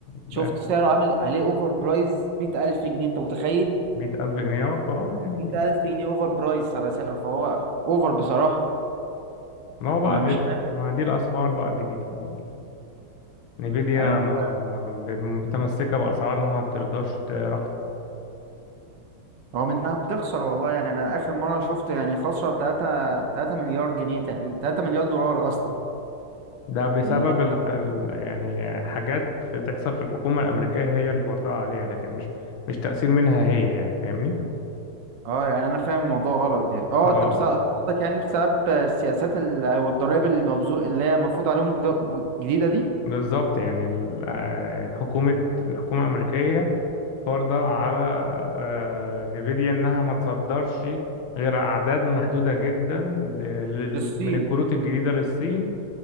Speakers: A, on the left; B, on the right.
A: بقى
B: شفت سعره عامل عليه اوفر برايس 100000 جنيه انت متخيل
A: مية ألف جنيه اه يعني
B: 100000 جنيه اوفر برايس على سعره فهو اوفر بصراحة
A: ما هو بعد
B: انا مش
A: ما
B: عارف
A: ما دي الأسعار بقى الجديدة يعني نيفيديا
B: يعني انت
A: مم. ما- ما- متمسكة بأسعارها ما بترضاش ترخص
B: رغم انها بتخسر والله يعني انا اخر مرة شفت يعني خسرة 3 3 مليار جنيه تقريبا 3 مليار دولار قصدي
A: ده بسبب
B: يعني لا-
A: الح... ال- يعني حاجات بتحصل في الحكومة الأمريكية هي اللي فرضها عليها لكن مش مش تأثير منها هي يعني فاهمني؟
B: اه يعني انا فاهم الموضوع غلط يعني اه
A: اه اه
B: انت بس- قصدك يعني بسبب السياسات ال- او الضرائب المبذول اللي هي المفروض عليهم جد- جديدة دي
A: بالظبط يعني ال- آه، حكومة الحكومة الأمريكية فرضة على آه، نيفيديا إنها ما تصدرش غير أعداد محدودة جدا ل... لل...
B: للصين
A: من الكروت الجديدة للصين